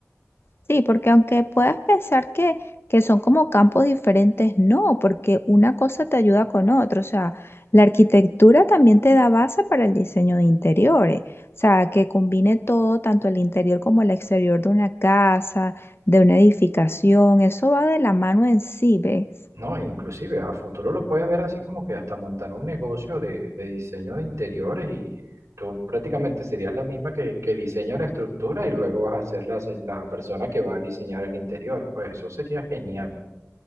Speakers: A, on the left (about 50°); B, on the right (about 65°).
A: Sí, porque aunque puedas pensar que, que son como campos diferentes, no, porque una cosa te ayuda con otra. O sea, la arquitectura también te da base para el diseño de interiores. O sea, que combine todo, tanto el interior como el exterior de una casa, de una edificación. Eso va de la mano en sí, ¿ves?
B: No, e inclusive a futuro lo puedes ver así como que hasta montar un negocio de, de diseño de interiores y tú prácticamente serías la misma que, que diseña la estructura y luego vas a ser la, se- la persona que va a diseñar el interior. Pues eso sería genial.